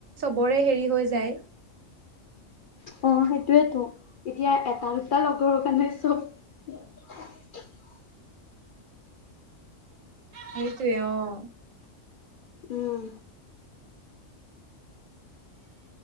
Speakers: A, on the right (about 80°); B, on the left (about 60°).
A: বৰে হেৰি হৈ যায়।
B: অ', সেইটোৱেইটো। এতিয়া এটা-দুটা লগৰ কাৰণে চব <inaudible>
A: সেইটোৱেই অহ।
B: উম।